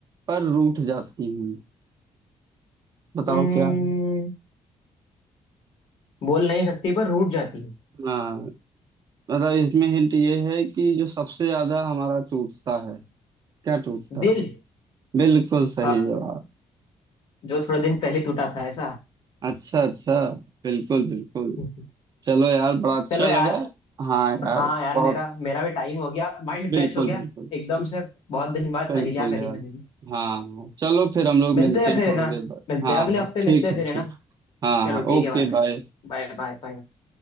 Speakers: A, on the right (about 45°); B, on the left (about 65°).
A: पर रूठ जाती हूँ बताओ
B: हम्म,
A: क्या है
B: बोल नहीं सकती पर रूठ जाती
A: हाँ मतलब इसमें हिंट ये है कि जो सबसे ज्यादा हमारा टूटता है क्या टूटता
B: है दिल
A: है बिल्कुल सही
B: हाँ
A: जवाब
B: जो थोड़े दिन पहले टूटा था ऐसा
A: अच्छा अच्छा बिल्कुल बिल्कुल
B: <laughs>
A: चलो यार बड़ा अच्छा
B: चलो यार
A: लगा हाँ यार
B: हाँ यार
A: बहुत
B: मेरा मेरा भी टाइम हो गया माइंड
A: बिल्कुल
B: फ्रेश हो गया
A: बिल्कुल
B: एकदम से बहुत दिन बाद
A: बिल्कुल
B: पहेलियां करी
A: यार
B: मैंने भी
A: हाँ हाँ चलो फिर हम लोग
B: मिलते
A: मिलते
B: हैं
A: हैं
B: फिर
A: थोड़ी
B: है ना
A: देर बाद
B: मिलते
A: हाँ
B: हैं अगले
A: हाँ
B: हफ्ते
A: ठीक
B: मिलते हैं
A: है
B: फिर है
A: ठीक
B: ना
A: हाँ
B: चलो
A: हाँ
B: ठीक
A: ओके
B: है bye bye
A: बाय
B: Bye bye bye